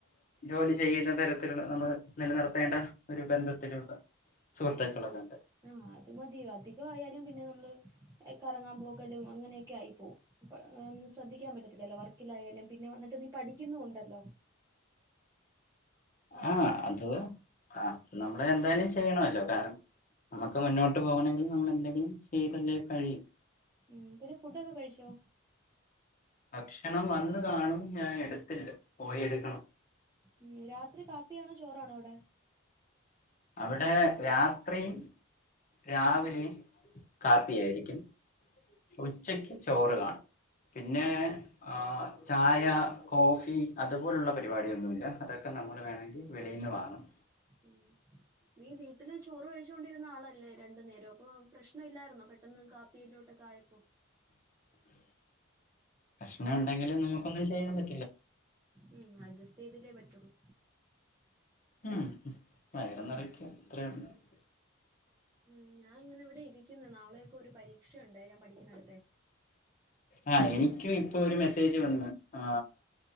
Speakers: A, on the left; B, on the right.
A: ജോലി ചെയ്യുന്ന തരത്തിലുള്ള നമ്മൾ നിലനിർത്തേണ്ട ഒരു ബന്ധത്തിലുള്ള സഹൃത്ത്ക്കളൊക്ക്‌ണ്ട്
B: ആഹ അത് മതിയോ അധിക ആയാലും പിന്നെ നമ്മള് കറങ്ങാൻ പോകലും അങ്ങനെയൊക്കെ ആയി പോവും <inaudible> ശ്രദ്ധിക്കാൻ പറ്റത്തില്ലോ വർക്കിലായാലും പിന്നെ വന്നിട്ട് നീ പഠിക്കുന്നുവുണ്ടല്ലോ
A: ആഹ് അത് ആ നമ്മള് എന്തായാലും ചെയ്യണല്ലോ കാരണം നമ്മുക്ക് മുന്നോട്ട് പോകണമെങ്കിൽ നമ്മൾ എന്തെങ്കിലും ചെയ്തല്ലേ കഴിയു
B: ഉം പിന്നെ ഫുഡൊക്കെ കഴിച്ചോ
A: ഭക്ഷണം വന്ന് കാണും ഞാൻ എടുത്തില്ല പോയി എടുക്കണം
B: ഉം രാത്രി കാപ്പിയാണോ ചോറാണോ അവിടെ
A: അവിടെ രാത്രിയും രാവിലെ കാപ്പിയായിരിക്കും ഉച്ചക്ക് ചോറ് കാണും പിന്നെ ആ ചായ കോഫി അതുപോലുള്ള പരിപാടിയൊന്നുമി ല്ല അതൊക്കെ നമ്മൾ വേണമെങ്കിൽ വെളിയിൽന്ന് വങ്ങണം
B: ഉ നീ വീട്ടില് ചോറ് കഴിച്ചൊണ്ടിരുന്ന ആളല്ലേ രണ്ടു നേരവും അപ്പൊ പ്രശ്നം ഇല്ലായിരുന്നോ <unintelligible> പെട്ടന്ന് കാപ്പിയിലോട്ടൊക്കെ ആയപ്പോ
A: <inaudible> പ്രശ്നം ഉണ്ടെങ്കിൽ നമുക്കൊന്നും ചെയ്യാൻ പ
B: ഉം അഡ്ജസ്റ്റ് ചെയ്തില്ലേ പറ്റുള്ളൂ
A: ഉം വയറ നിറക്ക അത്ര <unintelligible>
B: ഉ ഞാൻ ഇങ്ങനെ ഇവിടെ ഇരിക്കുന്ന നാളെയൊക്കെ ഒരു പരീക്ഷയുണ്ട് ഞാൻ പഠിക്കുന്നിടത്തെ
A: ആ് എനിക്കും ഇപ്പൊ ഒരു മെസ്സേജ് വന്ന് ആ